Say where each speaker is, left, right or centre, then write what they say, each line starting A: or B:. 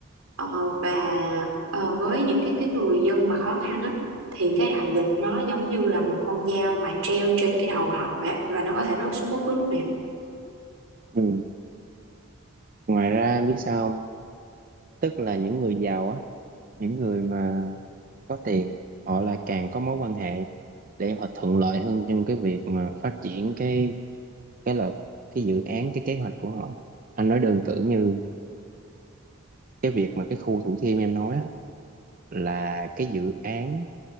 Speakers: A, on the right; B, on the right.
A: Ờ, và ờ, với những cái cái người dân mà khó khăn á thì cái đại dịch nó giống như là một con dao mà treo trên cái đầu họ vậy á, và nó có thể rớt xuống bất cứ lúc nào
B: ừ ngoài ra em biết sao không tức là những người giàu á những người mà có tiền á, họ là càng có mối quan hệ để họ thuận lợi hơn trong cái việc mà phát triển cái cái là cái dự án cái kế hoạch của họ anh nói đơn cử như cái việc mà cái khu Thủ Thiêm em nói á, là cái dự án